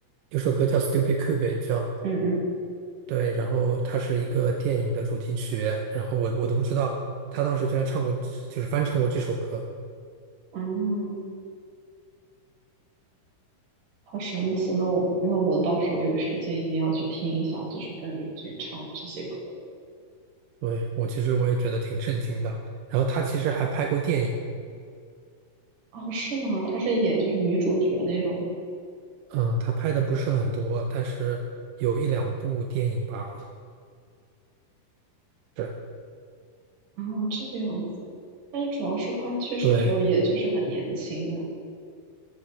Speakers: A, on the right; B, on the right.
A: 有首歌叫《Stupid Cupid》，叫
B: 嗯嗯，
A: 对，然后它是一个电影的主题曲。然后我我都不知道他当时居然唱过，就是翻唱过这首歌。
B: 哦。好神奇！那我那我到时候有时间一定要去听一下，就是邓丽君唱的这些歌。
A: 对，我其实我也觉得挺震惊的。然后他其实还拍过电影。
B: 哦，是吗？她是演就是女主角那种
A: 嗯，他拍的不是很多，但是有一两部电影吧，好像是。
B: 啊，这个样子。但是主要是她去世的时候，
A: 对
B: 也就是很年轻啊，